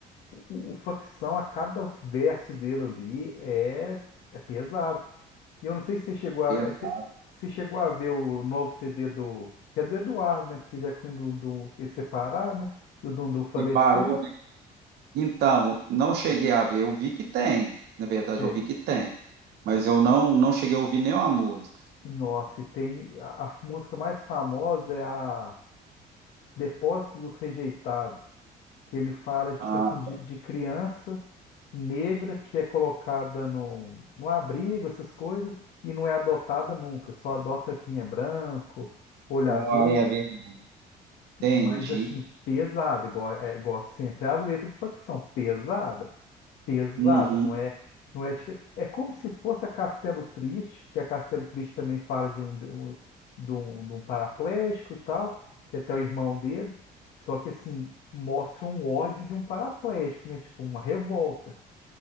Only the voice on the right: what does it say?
pesa,
separou, né? Então, não cheguei a ver, eu vi que tem. Na verdade,
eu vi que tem. Mas eu não, não cheguei a ouvir nenhuma música.
Ah,
Aí é verdade. Entendi.
Uhum,